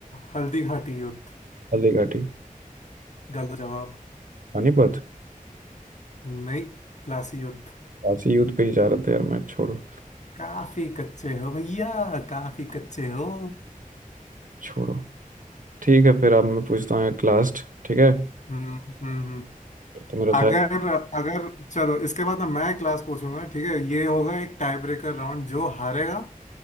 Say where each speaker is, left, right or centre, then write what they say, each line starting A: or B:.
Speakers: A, on the left; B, on the right.
A: हल्दी घाटी युद्ध
B: हल्दी घाटी
A: गलत जवाब
B: पानीपत
A: नहीं प्लासी युद्ध
B: काशी युद्ध पे ही जा रहे थे यार मैं छोड़ो
A: काफी कच्चे हो भैया काफी कच्चे हो
B: छोड़ो ठीक है फिर अब मैं पूछता हूँ एक लास्ट ठीक है
A: हम्म हम्म हम्म।
B: फिर तो मेरा
A: अगर
B: शायद
A: अगर चलो इसके बाद ना मैं क्लास पूछूंगा ठीक है ये होगा एक टाई ब्रेकर राउंड जो हारेगा